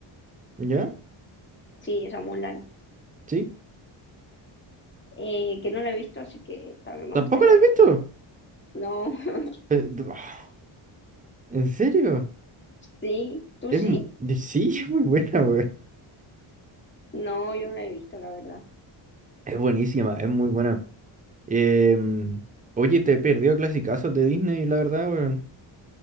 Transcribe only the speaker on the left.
sí, esa Mulan,
eh, que no la he visto, así que también me
gustaría
verla.
No, <laughs>
sí, ¿tú
sí?
No, yo no la he visto, la verdad.